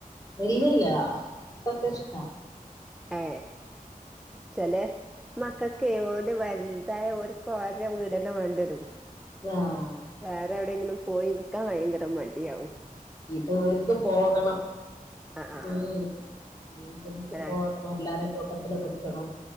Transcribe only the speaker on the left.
ഇല്ലില്ല പ്പക്കഷ്ട
ആഹ്
ഇതോര്ക്ക് പോകണം
ഉം ഇതക്ക്
പോകണം എല്ലാരും കൂട്ടത്തിൽ നിൽക്കണം